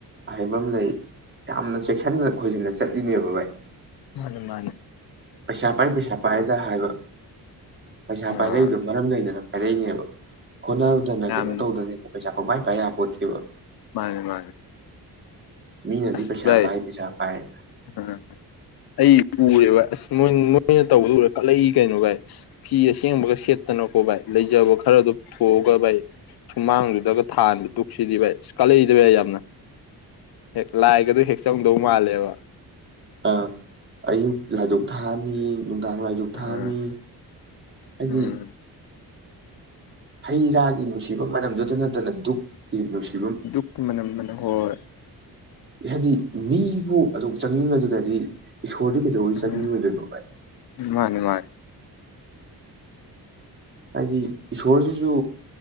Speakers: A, on the right; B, on the left.
A: ꯍꯥꯏꯕ ꯑꯃ ꯂꯩ ꯌꯥꯝꯅ ꯆꯦꯛꯁꯟꯅ ꯈꯣꯏꯖꯟꯅ ꯆꯠꯂꯤꯅꯦꯕ ꯚꯥꯏ
B: ꯃꯥꯅꯦ ꯃꯥꯅꯦ
A: ꯄꯩꯁꯥ ꯄꯥꯏ ꯄꯩꯁꯥ ꯄꯥꯏꯗ ꯍꯥꯏꯕ ꯄꯩꯁꯥ
B: ꯑꯥ
A: ꯄꯥꯏꯔꯛꯏꯗꯣ ꯃꯔꯝ ꯂꯩꯗꯅ ꯑꯔꯩꯅꯦꯕ ꯍꯣꯠꯅꯕꯗꯨꯅ
B: ꯌꯥꯝ
A: ꯀꯩꯅꯣ ꯇꯧꯗꯅꯦꯕ ꯄꯩꯁꯥ ꯥꯄꯪꯄꯥꯏ ꯄꯥꯏ ꯌꯥꯄꯣꯠꯇꯦꯕ
B: ꯃꯥꯅꯦ ꯃꯥꯅꯦ
A: ꯃꯤꯅꯗꯤ
B: ꯑꯁ
A: ꯄꯩꯁꯥ
B: ꯚꯥꯏ
A: ꯄꯥꯏ ꯄꯩꯁꯥ ꯄꯥꯏ
B: ꯑ ꯑꯩ ꯎꯔꯦꯕ ꯑꯁ ꯃꯣꯏ ꯃꯣꯏꯅ ꯇꯧꯕꯗꯣ ꯎꯔꯒ ꯀꯜꯂꯛꯏ ꯀꯩꯅꯣ ꯚꯥꯏ ꯏꯁ ꯐꯤ ꯑꯁꯦꯡꯕꯒ ꯁꯦꯠꯇꯅꯀꯣ ꯚꯥꯏ ꯂꯩꯖꯕ ꯈꯔꯗꯣ ꯄꯨꯊꯣꯛꯑꯒ ꯚꯥꯏ ꯁꯨꯃꯥꯡꯗꯨꯗꯒ ꯊꯥꯟꯕ ꯗꯨꯛꯁꯤꯗꯤ ꯚꯥꯏ ꯑꯁ ꯀꯜꯂꯛꯏꯗꯕ ꯚꯥꯏ ꯌꯥꯝꯅ ꯍꯦꯛ ꯂꯥꯏꯒꯗꯨ ꯍꯦꯛ ꯆꯪꯗꯧ ꯃꯥꯜꯂꯦꯕ
A: ꯑꯥ ꯑꯌꯨꯛ ꯂꯥꯏꯗꯨꯛ ꯊꯥꯅꯤ ꯅꯨꯡꯗꯥꯡ ꯂꯥꯏꯗꯨꯛ
B: ꯎꯝ
A: ꯊꯥꯅꯤ ꯍꯥꯏꯗꯤ
B: ꯎꯝ
A: ꯍꯩꯔꯥꯒꯤ ꯅꯨꯡꯁꯤꯕ ꯃꯅꯝꯗꯨꯇ ꯅꯠꯇꯅ ꯗꯨꯛꯀꯤ ꯅꯨꯡꯁꯤ
B: ꯗꯨꯛꯀꯤ ꯃꯅꯝ ꯃ ꯍꯣꯏ
A: ꯍꯥꯏꯗꯤ ꯃꯤꯕꯨ ꯑꯗꯨꯛ ꯆꯪꯅꯤꯡꯉꯗꯨꯅꯗꯤ ꯏꯁꯣꯔꯗꯤ ꯀꯩꯗꯧꯕꯩ
B: ꯎꯝ
A: ꯆꯪꯅꯤꯡꯉꯣꯏꯗꯨꯅꯣ ꯚꯥꯏ
B: ꯃꯥꯅꯤ ꯃꯥꯅꯤ
A: ꯍꯥꯏꯗꯤ ꯏꯁꯣꯔꯁꯤꯁꯨ